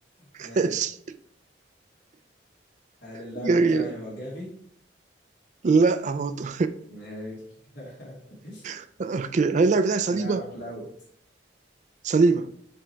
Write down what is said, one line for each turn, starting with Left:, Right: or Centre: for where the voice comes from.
Left: ماشي
Right: ماشي
Left: هل اللاعب
Right: جميلة
Left: بتاعي هو جافي؟
Right: لا برضه
Left: ماشي <laughs>
Right: <laughs> اوكي هل اللاعب بتاعي صليبة؟
Left: لعبة حلوت
Right: صليبة